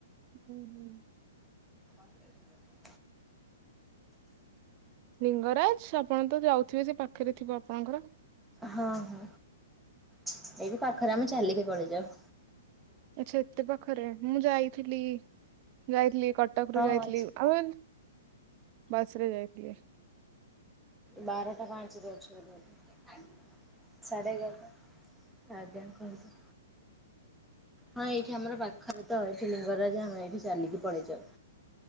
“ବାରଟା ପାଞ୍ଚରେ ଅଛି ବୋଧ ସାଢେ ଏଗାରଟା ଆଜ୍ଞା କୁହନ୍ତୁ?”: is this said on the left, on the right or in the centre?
Centre